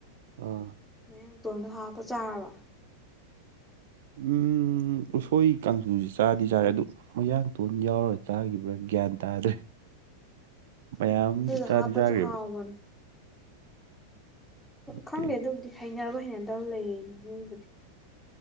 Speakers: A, on the right; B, in the centre.
A: ꯑꯥ
B: ꯃꯌꯥꯡꯇꯣꯟꯝꯗꯣ ꯍꯥꯞꯄ ꯆꯥꯔꯕ
A: ꯎꯝ ꯎꯁꯣꯏ ꯀꯥꯡꯁꯨꯁꯤ ꯆꯥꯗꯤ ꯆꯥꯔꯦ ꯑꯗꯨ ꯃꯌꯥꯡ ꯇꯨꯟ ꯌꯥꯎꯔ ꯆꯥꯈꯤꯕ꯭ꯔꯥ ꯒ꯭ꯌꯥꯟ ꯇꯥꯗ꯭ꯔꯦ ꯃꯌꯥꯝꯗꯤ
B: ꯎꯝ ꯑꯗꯨꯗꯣ
A: ꯆꯥꯗꯤ
B: ꯍꯥꯞꯄꯁꯨ
A: ꯆꯥꯈ꯭ꯔꯦꯕ
B: ꯍꯥꯎꯕꯅꯤ
A: ꯑꯣꯀꯦ
B: ꯈꯪꯗꯦ ꯑꯗꯨꯕꯨꯗꯤ ꯍꯩꯅꯅꯕ ꯍꯩꯅꯗꯕ ꯂꯩ ꯃꯤꯕꯁꯦ